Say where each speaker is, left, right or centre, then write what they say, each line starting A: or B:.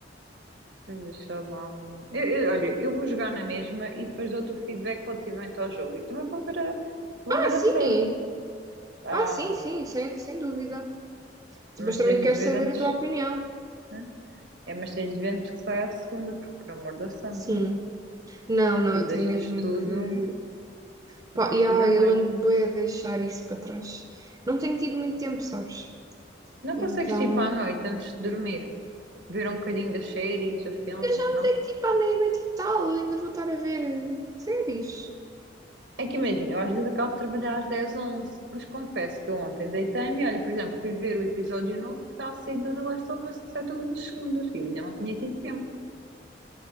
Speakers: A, on the right; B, on the right.
A: Pois, sei lá. um- Eu, eu- olha, eu vou jogar na mesma e depois dou-te o feedback relativamente ao jogo. E também vou ver a, vou
B: Ah,
A: ver
B: sim!
A: a série. Ah,
B: Ah, sim, sim, sem, sem dúvida.
A: mas
B: Mas também
A: tens
B: quero
A: de
B: saber
A: ver antes,
B: a tua opinião.
A: né? É, mas tens de ver antes que saia a segunda, porque por amor da santa,
B: Sim. Não, não,
A: tu
B: eu
A: deixas
B: tenho mesmo
A: tudo,
B: que. Pá,
A: deixas
B: e ai,
A: tudo a meio.
B: eu ando bem a deixar isso para trás. Não tenho tido muito tempo, sabes?
A: Não
B: Então.
A: consegues tipo à noite antes de dormir, ver um bocadinho das séries, a filme,
B: Eu já
A: não?
B: me dei tipo à meia-noite e tal, ainda vou estar a ver eh, séries.
A: É que imagina, eu às vezes acabo de trabalhar às 10, 11, mas confesso que eu ontem deitei-me e olha, por exemplo, fui ver o episódio novo que está a sair da The Last of Us, que sai todas as segundas, e eu ainda não tinha tido tempo,